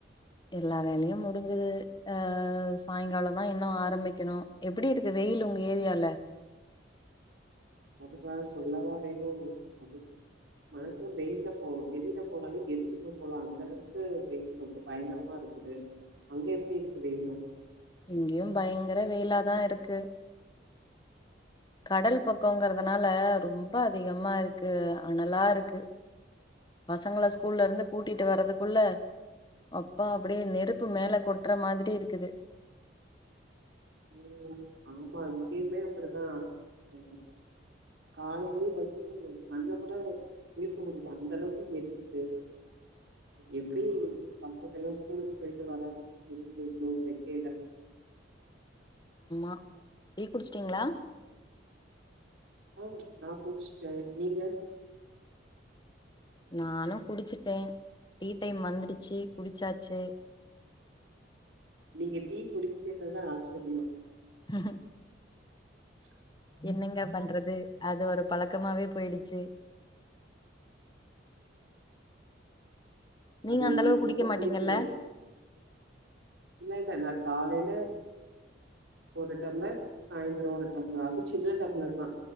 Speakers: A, on the left (about 25°); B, on the right (about 80°).
A: எல்லா வேலையு முடிஞ்சுது அஹ் சாயங்கால தா இன்னு ஆரம்பிக்கணு எப்டி இருக்கு வெயில் உங்க ஏரியால
B: அதுவா சொல்லவா வேணு அது மனச வெயில்ல போ வெளியில போனாலே எரிஞ்சுடு போலா அந்த அளவுக்கு வெயில் ரொம்ப பயங்கரமா இருக்குது அங்க எப்டி இருக்கு வெயிலு
A: இங்கேயு பயங்கர வெயிலாதா இருக்கு கடல் பக்கங்கிறதுனால ரொம்ப அதிகமா இருக்கு அனலா இருக்கு பசங்கள ஸ்கூல்ல இருந்து கூட்டிட்டு வர்றதுக்குள்ள அப்பா அப்டியே நெருப்பு மேல கொட்டுற மாதிரி இருக்குது
B: ம் ஆமா இங்கேயுமே அப்டிதா ஹ காலைலியே <unintelligible> கண்ண கூட முழிக்க முடில அந்த அளவுக்கு எரியுது எப்டி பசங்க எல்லா ஸ்கூலுக்கு போயிட்டு வராங்கனே தெரியல இந்த வெக்கைல
A: அ டீ குடுச்ட்டீங்ளா
B: ம் நா குடுச்ட்டே நீங்க
A: நானு குடுச்சுட்டே டீ டைம் வந்துடுச்சு குடுச்சாச்சு
B: நீங்க டீ குடிக்கிறது தா ஆச்சரியொ
A: ஹஹ
B: <inaudible>
A: என்னங்க பண்றது அது ஒரு பழக்கமாவே போயிடுச்சு நீங்க
B: அது
A: அந்த
B: உங்களுக்கு
A: அளவு குடிக்க
B: ரொம்ப
A: மாட்டீங்கல்ல
B: புடிக்கவே இல்ல இல்ல நா காலைல ஒரு டம்ளர் சாய்ந்தரொ ஒரு டம்ளர் அது சின்ன டம்ளர் தா